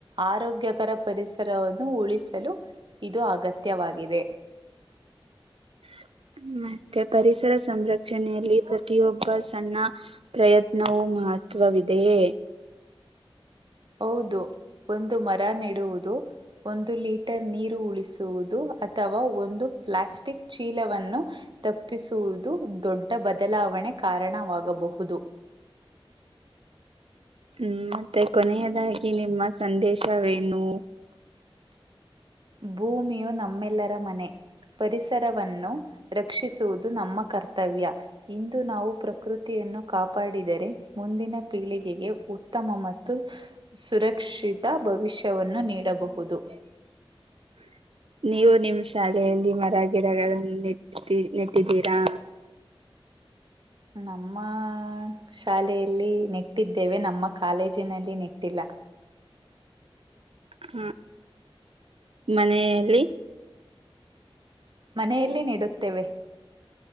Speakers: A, on the right; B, on the right.
A: ಆರೋಗ್ಯಕರ ಪರಿಸರವನ್ನು ಉಳಿಸಲು ಇದು ಅಗತ್ಯವಾಗಿದೆ
B: <inaudible> ಮತ್ತೆ ಪರಿಸರ ಸಂರಕ್ಷಣೆಯಲ್ಲಿ ಪ್ರತಿಯೊಬ್ಬ ಸಣ್ಣ ಪ್ರಯತ್ನವೂ ಮಾಡ <unintelligible> ಮಹತ್ವವಿದೆಯೇ
A: ಹೌದು ಒಂದು ಮರ ನೀಡೆಡುವುದು ಒಂದು ಲೀಟರ್ ನೀರು ಉಳಿಸುವುದು ಅಥವಾ ಒಂದು ಪ್ಲಾಸ್ಟಿಕ್ ಚೀಲವನ್ನು ತಪ್ಪಿಸುವುದು ದು ದೊಡ್ಡ ಬದಲಾವಣೆ ಕಾರಣವಾಗಬಹುದು
B: ಹ್ಮ ಮತ್ತೆ ಕೊನೆಯದಾಗಿ ನಿಮ್ಮ ಸಂದೇಶವೇನು
A: ಭೂಮಿಯು ನಮ್ಮೆಲ್ಲರ ಮನೆ ಪರಿಸರವನ್ನು ರಕ್ಷಿಸುವುದು ನಮ್ಮ ಕರ್ತವ್ಯ ಇಂದು ನಾವು ಪ್ರಕೃತಿಯ ನ್ನು ಕಾಪಾಡಿದರೆ ಮುಂದಿನ ಪೀಳಿಗೆಗೆ ಉತ್ತಮ ಮತ್ತು ಸುರಕ್ಷಿತ ಭವಿಷ್ಯವನ್ನು ನೀಡಬಹುದು
B: <inaudible> ನೀವು ನಿಮ್ಮ್ ಶಾಲೆಯಲ್ಲಿ ಮರ ಗಿಡಗಳನ್ನು ನೆಟ್ಟ ನೆಟ್ಟಿದ್ದೀರಾ
A: ನಮ್ಮ ಶಾಲೆಯಲ್ಲಿ ನೆಟ್ಟಿದ್ದೇವೆ ನಮ್ಮ ಕಾಲೇಜಿನಲ್ಲಿ ನೆಟ್ಟಿಲ್ಲ
B: ಹ ಮನೆಯಲ್ಲಿ
A: ಮನೆಯಲ್ಲಿ ನೀಡುತ್ತೇವೆ